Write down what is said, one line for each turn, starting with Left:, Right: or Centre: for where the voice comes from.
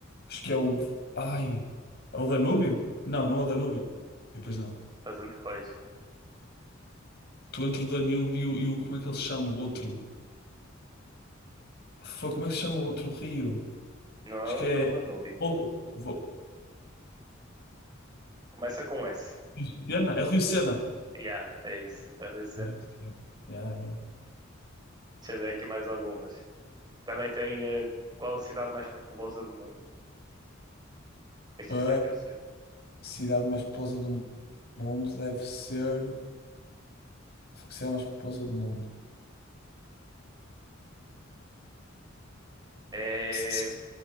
Left: Acho que é o. Ai. É o Danúbio? Não, não é o Danúbio. Pois não.
Right: Estás entre quais?
Left: Estou entre o Danúbio e o. e o- Como é que ele se chama? O outro. Foi, como é que se chama o outro rio?
Right: Não é,
Left: Acho que
Right: o-
Left: é.
Right: não é o Danúbio.
Left: Vo- Vo-
Right: Começa com S.
Left: Rio Sena? É Rio Sena.
Right: Yeah, é isso. A Rio
Left: É Rio Sena. Yeah, yeah.
Right: Deixa eu ver aqui mais algumas. Também tem eh, qual a cidade mais populosa do mundo? Este
Left: A
Right: está aqui, eu sei.
Left: cidade mais populosa do mundo deve ser. A cidade mais populosa do mundo.
Right: É
Left: S- s-